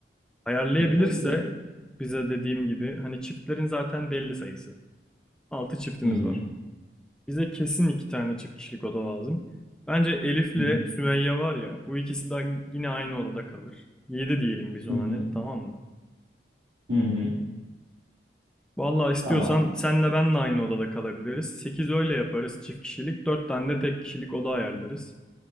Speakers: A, in the centre; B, on the right.
A: Ayarlayabilirse
B: E tabii canım.
A: bize dediğim gibi hani çiftlerin zaten belli sayısı. Altı çiftimiz
B: Hı hı.
A: var. Bize kesin iki tane çift kişilik oda lazım. Bence Elif'le
B: Hı hı.
A: Sümeyye var ya, bu ikisi de yine aynı odada kalır. Yedi diyelim biz ona
B: Hı hı.
A: net, tamam mı?
B: Hı hı.
A: Vallahi istiyorsan
B: Tamam.
A: senle ben de aynı odada kalabiliriz. Sekiz öyle yaparız çift kişilik, dört tane de tek kişilik oda ayarlarız.